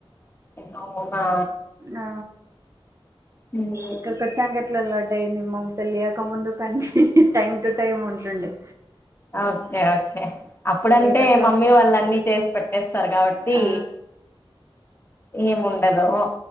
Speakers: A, on the left; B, on the right.
A: అవునా
B: ఆ
A: ఉమ్.
B: ఇక్కడి కొచ్చాం లడ్డైంది మం పెళ్ళి గాక ముందు కనీ టైం టు టైం ఉంటుండే
A: ఓకే ఓకే అప్పుడంటే
B: ఎయిట్ ఓ క్లాక్
A: మమ్మీ వాళ్ళన్ని చేసి పెట్టేస్తారు తీ
B: ఆ
A: ఏం వుండదు